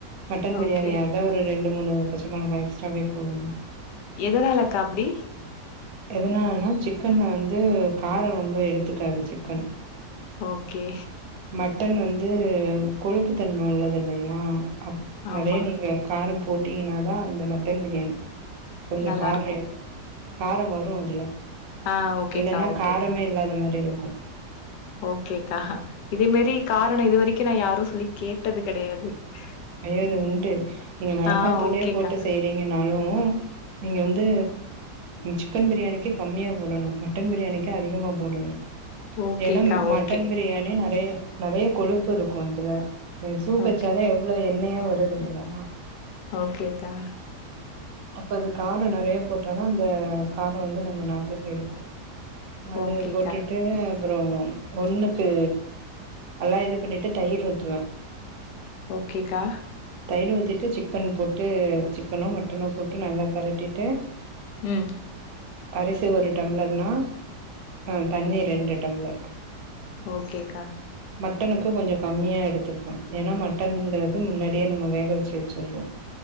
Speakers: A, on the right; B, on the left.
A: மட்டன் பிரியாணியார்ந்தா
B: ஓகே
A: ஒரு ரெண்டு மூணு பச்ச மொளகா எக்ஸ்ட்ராவே போடுவ
B: எதனாலக்கா அப்டி
A: எதனால்னா சிக்கன் வந்து காரோ ரொம்ப எடுத்துக்காது சிக்கனு
B: ஓகே
A: மட்டன் வந்து கொழுப்புதன்மை உள்ளது இல்லையா அப் நெறையா
B: ஆமா
A: நீங்க காரம் போட்டீங்னாதா அந்த மட்டன் பிரியாணி கொஞ்சோ
B: நல்லா
A: கார்ர
B: இருக்கும்
A: எடுக்கு காரோ வரு அதுல
B: ஆ ஓகேக்கா
A: இல்லனா
B: ஓகே
A: காரமே இல்லாத மாரி இருக்கு
B: ஓகேக்கா இதே மாரி காரணோ இது வரைக்கு நா யாரு சொல்லி கேட்டது கெடையாது
A: ஐயோ இது
B: ம்.
A: உண்டு நீங்க மிளகாத்தூளே
B: ஆ ஓகேக்கா.
A: போட்டு செய்யறீங்கனாலு நீங்க வந்து சிக்கன் பிரியாணிக்கு கம்மியா போடணு மட்டன் பிரியாணிக்கு அதிகமா போடணு
B: ஓகேக்கா.
A: ஏனா மட்டன்
B: ஓகே.
A: பி ரியாணி நெறைய நெறைய கொழுப்பு இருக்கு அதுல நீங் சூப்
B: ஓகே.
A: வச்சாலே அவுளோ எண்ணயா வருதில்லையா
B: ஓகேகா
A: அப்ப அது கார நெறையா போட்டாதா அந்த காரோ வந்து நம்ம நாக்குக்கு எடுக்கு அது
B: ஓகேக்கா.
A: போட்டுட்டு அப்புறோ ஒன்னுக்கு நல்லா இது பண்ணிட்டு தயிர் ஊத்துவ
B: ஓகேகா
A: தயிர் ஊத்திட்டு சிக்கன் போட்டு சிக்கனோ மட்டனோ போட்டு நல்லா பெரட்டிட்டு
B: ம்
A: அரிசி ஒரு டம்ளர்னா அ தண்ணி ரெண்டு டம்ளர்
B: ஓகேகா
A: மட்டனுக்கு கொஞ்சோ கம்மியா எடுத்துப்ப ஏனா மட்டன்ங்கிறது முன்னாடியே நம்ம வேக வச்சு வச்சுறோ